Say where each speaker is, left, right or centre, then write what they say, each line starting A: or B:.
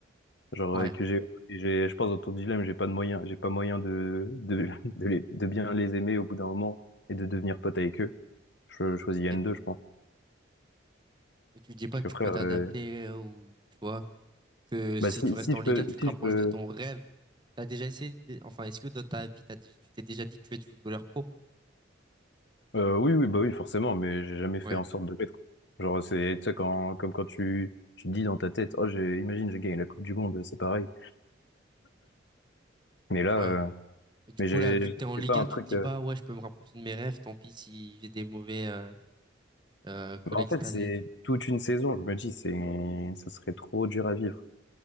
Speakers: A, on the left; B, on the right.
A: genre
B: Ouais,
A: euh, que j'ai, et j'ai, je pense dans ton dilemme, j'ai pas de moyen, j'ai pas moyen de, de, <laughs> de, les- de bien les aimer au bout d'un moment et de devenir pote avec eux. Je, je choisis
B: ok.
A: n deux je pense.
B: Et tu dis pas
A: Parce
B: que
A: que
B: tu
A: frère,
B: peux t'adapter
A: euh,
B: euh, ou tu vois que si
A: bah si,
B: tu restes
A: si
B: en
A: je
B: Ligue
A: peux,
B: 1, tu te
A: si
B: rapproches
A: je peux,
B: de ton rêve. T'as déjà essayé de- enfin est-ce que dans ta vie t'as déjà- tu t'es déjà dit que tu veux être footballeur pro?
A: euh, oui, oui, bah oui, forcément, mais j'ai jamais fait
B: Ouais,
A: en sorte de l'être. Genre, c'est, tu sais, quand, comme quand tu, tu te dis dans ta tête, oh, j'ai, imagine, j'ai gagné la Coupe du Monde, c'est pareil. Mais là,
B: ouais.
A: euh,
B: Mais du
A: mais
B: coup
A: j'ai,
B: là, vu que t'es en Ligue
A: j'ai pas un
B: 1, tu
A: truc,
B: te dis
A: euh,
B: pas ouais, je peux me rapprocher de mes rêves, tant pis si j'ai des mauvais euh, euh, collègues
A: Bah, en fait,
B: cette année
A: c'est
B: et tout.
A: toute une saison, je me dis, c'est, ça serait trop dur à vivre.